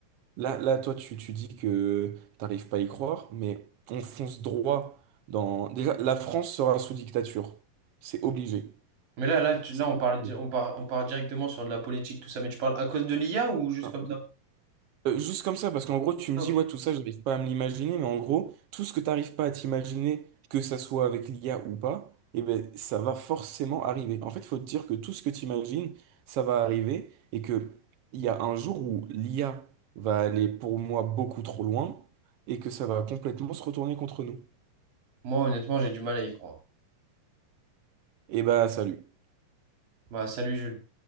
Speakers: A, on the right; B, on the right.
A: Là, là, toi, tu, tu dis que t'arrives pas à y croire, mais on fonce droit dans... Déjà, la France sera sous dictature. C'est obligé.
B: Mais là, là, tu-
A: C'est
B: là on parle,
A: obligé.
B: di- on part, on part directement sur de la politique, tout ça. Mais tu parles à cause de l'IA ou juste
A: Enfin,
B: comme ça?
A: Euh, juste comme ça, parce qu'en gros, tu me
B: Ah,
A: dis,
B: ok.
A: ouais, tout ça, j'arrive pas à me l'imaginer, mais en gros, tout ce que t'arrives pas à t'imaginer, que ça soit avec l'IA ou pas, eh ben, ça va forcément arriver. En fait, il faut te dire que tout ce que t'imagines, ça va arriver, et que il y a un jour où l'IA va aller pour moi beaucoup trop loin, et que ça va complètement se retourner contre nous.
B: Moi, honnêtement, j'ai du mal à y croire.
A: Et bah, salut.
B: Bah, salut, Jules.